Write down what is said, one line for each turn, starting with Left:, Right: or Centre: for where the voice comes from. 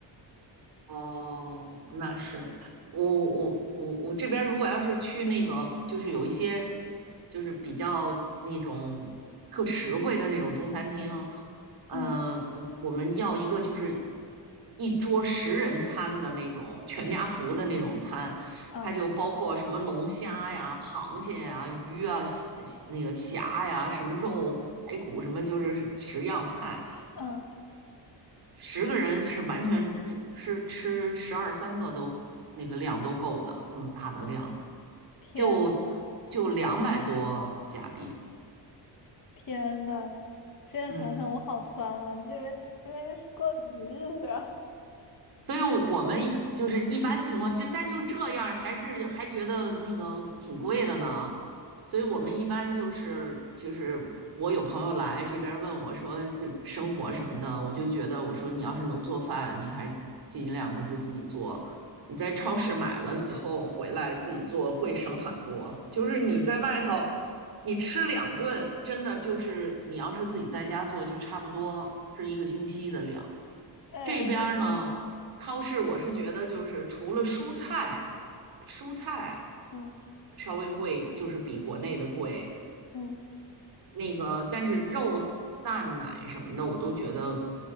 Right: 哦，那是我我我我这边儿如果要是去那个，就是有一些就是比较那种特实惠的那种中餐厅，嗯、
Left: 嗯
Right: 呃我我们要一个就是一桌十人餐的那种全家福的那种餐，
Left: 嗯
Right: 它就包括什么龙虾呀、螃蟹呀、鱼啊、虾那个虾呀、什么肉、排骨什么，就是十样菜。
Left: 嗯，
Right: 十个人是完全是吃十二三个都那个量都够的，那么大的量，
Left: 天呐！
Right: 就就两百多加币，
Left: 天呐，这样想想我好酸啊！
Right: 嗯，
Left: 这边这边是过了什么日子啊？
Right: 所以我们就是一般情况，就但就这样，还是还觉得那个挺贵的呢。所以我们一般就是就是我有朋友来这边问我说这生活什么的，我就觉得我说你要是能做饭，你还尽量都是自己做。你在超市买了以后回来自己做会省很多。
Left: <laughs> 哎，对，
Right: 就是你在外头，你吃两顿，真的就是你要是自己在家做，就差不多是一个星期的量。
Left: 哎，
Right: 这边儿呢，
Left: 我同意。
Right: 超市我是觉得就是除了蔬菜，蔬菜
Left: 嗯
Right: 稍微贵，就是比国内的贵。
Left: 嗯，
Right: 那个，但是肉、蛋、奶什么的，我都觉得